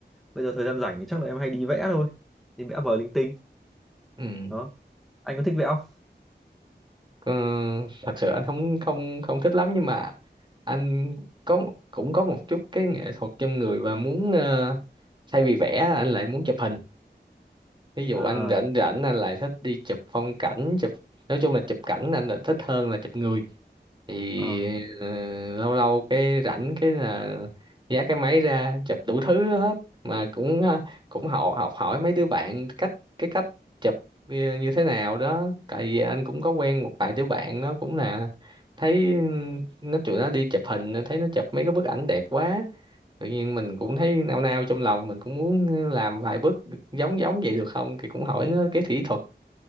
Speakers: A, in the centre; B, on the right.
A: bây giờ thời gian rảnh thì chắc là em hay đi vẽ thôi đi vẽ vời linh tinh
B: ừ,
A: đó anh có thích vẽ không
B: có thật sự anh không không không thích lắm nhưng mà anh có cũng có một chút cái nghệ thuật trong người và muốn ờ, thay vì vẽ anh lại muốn chụp hình ví dụ
A: à
B: anh rảnh rảnh anh lại thích đi chụp phong cảnh chụp nói chung là chụp cảnh anh là thích hơn là chụp người thì
A: à
B: ờ, lâu lâu cái rảnh cái là giá cái máy ra chụp đủ thứ hết mà cũng ờ, cũng học học hỏi mấy đứa bạn cách cái cách chụp như như thế nào đó tại vì anh cũng có quen một vài đứa bạn nó cũng là thấy ừ, nó tụi nó đi chụp hình anh thấy nó chụp mấy cái bức ảnh đẹp quá tự nhiên mình cũng thấy nao nao trong lòng mình cũng muốn ờ, làm vài bước giống giống vậy được không thì cũng hỏi nó cái kỹ thuật